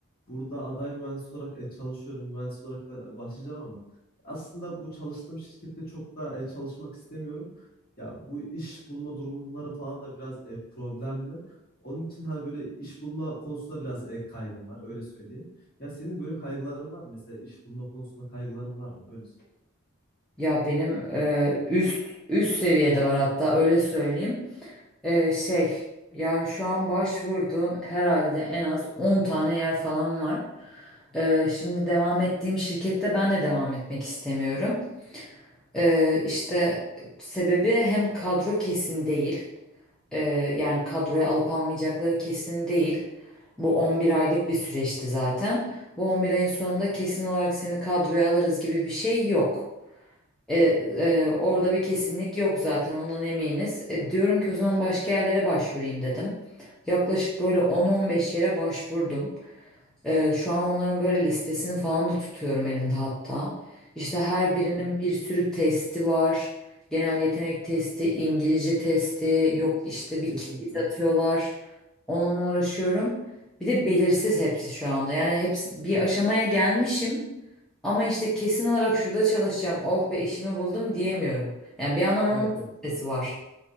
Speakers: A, on the left; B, in the centre.
A: burada aday mühendis olarak e, çalışıyorum. Mühendis olarak da başlayacağım ama aslında bu çalıştığım şirkette çok da e, çalışmak istemiyorum. Ya bu iş bulma durumları falan da biraz e, problemli. Onun için hani böyle iş bulma konusunda biraz e, kaygım var öyle söyleyeyim. Ya senin böyle kaygıların var mı? Mesela iş bulma konusunda kaygıların var mı? Öyle
B: Ya benim e, üst üst seviyede var hatta öyle söyleyeyim. Ee, şey yani şu an başvurduğum herhalde en az 10 tane yer falan var. Ee, şimdi devam ettiğim şirkette ben de devam etmek istemiyorum. Ee, işte sebebi hem kadro kesin değil. Ee, yani kadroya alıp almayacakları kesin değil. Bu 11 aylık bir süreçti zaten. Bu 11 ayın sonunda kesin olarak seni kadroya alırız gibi bir şey yok. E, e, orada bir kesinlik yok zaten ondan eminiz. E, diyorum ki o zaman başka yerlere başvurayım dedim. Yaklaşık böyle 10-15 yere başvurdum. E, şu an onların böyle listesini falan da tutuyorum elimde hatta. İşte her birinin
A: söyleyeyim.
B: bir sürü testi var. Genel yetenek testi, İngilizce testi, yok işte bir
A: Kesinlikle.
B: quiz atıyorlar. Onunla uğraşıyorum. Bir de belirsiz hepsi şu anda. Yani hepsi bir aşamaya gelmişim. Ama işte kesin olarak şurada çalışacağım. Oh be işimi buldum diyemiyorum. Yani bir yandan onun
A: Evet evet.
B: stresi var.